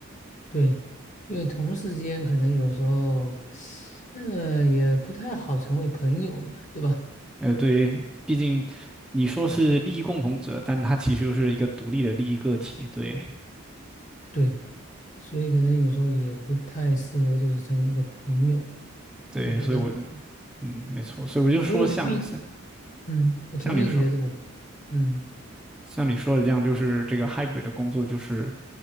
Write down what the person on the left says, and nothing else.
对，因为同事间可能有时候，呃，也不太好成为朋友嘛，对吧？
对，所以可能有时候也不太适合，就是成为一个朋友，
我觉得。
所以我同意，嗯，我同意你的这个，
嗯